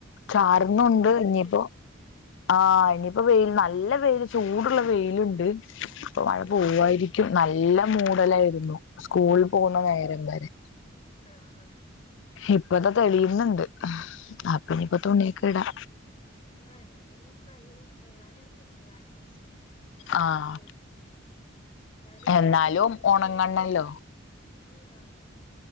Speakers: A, on the left (about 65°); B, on the left (about 30°).
A: ചാറുന്നുണ്ട്
B: വടപ്പൊ നല്ല
A: ഇനിയിപ്പോ
B: വെയില്
A: ആഹ് ഇനിയിപ്പോ വെയിൽ നല്ല വെയിൽ ചൂടുള്ള വെയില്ണ്ട് ഇപ്പൊ മഴ
B: ഉം.
A: പോവായിരിക്കും ക്കും നല്ല മൂടലായിരുന്നു സ്കൂളിൽ പോണ
B: ആ.
A: ന്നേരം വരെ
B: ആ, ആ.
A: ഇപ്പതാ തെളിയിന്ണ്ട് അപ്പ നിപ്പൊ തുണിയൊക്കെ ഇടാ
B: ആഹ് ഞാനിന്ന് കഴു കഴുവാൻ എടുത്ത്ട്ട് വാഷിംഗ് മെഷീൻന്ന്
A: ആഹ്
B: എടുത്ത് എന്നാലും ഇങ്ങനാന്നങ്കില്
A: എന്നാലും
B: ഇിട്ട്
A: ഉണങ്ങണല്ലോ
B: കഴിയുമ്പോം നീങ്ങാന്